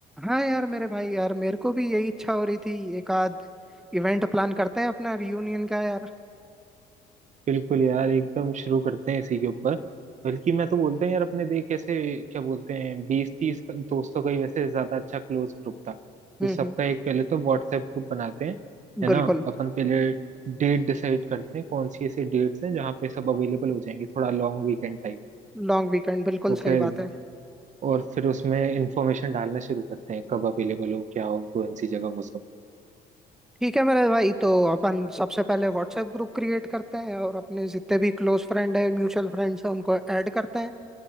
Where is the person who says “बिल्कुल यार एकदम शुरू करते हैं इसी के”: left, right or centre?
Right